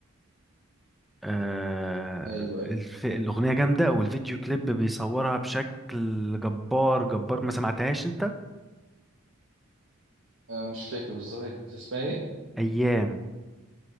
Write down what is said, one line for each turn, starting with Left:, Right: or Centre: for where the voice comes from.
Centre: آه،
Right: ايوه أيوة.
Centre: الف... الاغنيه جامده والفيديو كليب بيصورها بشكل جبار جبار ما سمعتهاش انت
Right: آه مش فاكر بالظبط هي كانت اسمها ايه
Centre: ايام